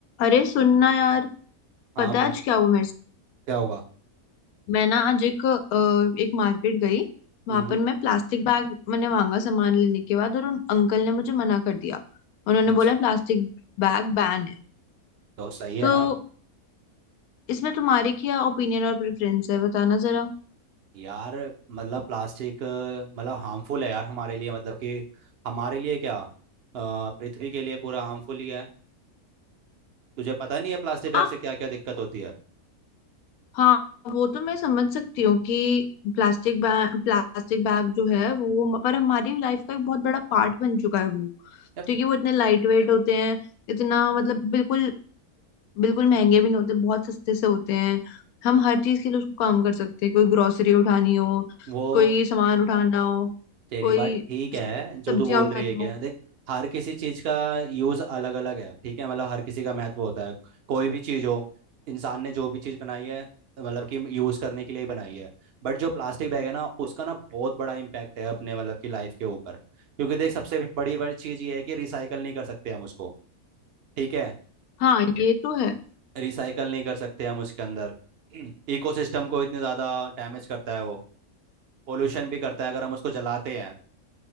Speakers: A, on the left; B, on the right.
A: अरे सुनना यार
B: हाँ
A: पता
B: बहुत
A: है आज क्या हुआ मेरे साथ
B: क्या हुआ
A: मैं ना आज एक अ, एक मार्केट गई वहां
B: हम्म
A: पर मैं प्लास्टिक बैग मैंने मांगा सामान लेने के बाद और उन अंकल ने मुझे मना कर दिया उन्होंने
B: अच्छा
A: बोला प्लास्टिक बैग बैन है
B: तो सही है
A: तो
B: ना
A: इसमें तुम्हारी क्या ओपिनियन और प्रेफरेंस है बताना जरा
B: यार मतलब प्लास्टिक अ, मतलब हार्मफुल है यार हमारे लिए मतलब कि हमारे लिए क्या अ, पृथ्वी के लिए पूरा हार्मफुल ही है तुझे पता नहीं है प्लास्टिक बैग
A: हाँ
B: से क्या क्या दिक्कत होती है
A: हाँ वो तो मैं समझ सकती हूँ कि प्लास्टिक बैग प्लास्टिक बैग जो है वो पर हमारी लाइफ का एक बहुत बड़ा पार्ट बन चुका है वो
B: यार,
A: क्योंकि वो इतने लाइट वेट होते हैं इतना मतलब बिल्कुल बिल्कुल महंगे भी नहीं होते बहुत सस्ते से होते हैं हम हर चीज के लिए उसको काम कर सकते हैं कोई ग्रोसरी उठानी हो
B: वो
A: कोई सामान उठाना हो
B: तेरी
A: कोई
B: बात ठीक है जो
A: सब्जियां
B: तू बोल
A: उठानी
B: रही है क्या
A: हो
B: देख हर किसी चीज का यूज अलग अलग है ठीक है मतलब हर किसी का महत्व होता है कोई भी चीज हो इंसान ने जो भी चीज बनाई है मतलब कि यूज करने के लिए ही बनाई है बट जो प्लास्टिक बैग है ना उसका ना बहुत बड़ा इम्पैक्ट है अपने मतलब की लाइफ के ऊपर क्योंकि देख सबसे बड़ी बड़ी चीज ये है कि रिसाइकल नहीं कर सकते हम उसको ठीक है
A: हाँ ये तो है
B: रिसाइकल नहीं कर सकते हम उसके अंदर <clears throat> इकोसिस्टम को इतने ज्यादा डैमेज करता है वो पोल्यूशन भी करता है अगर हम उसको जलाते हैं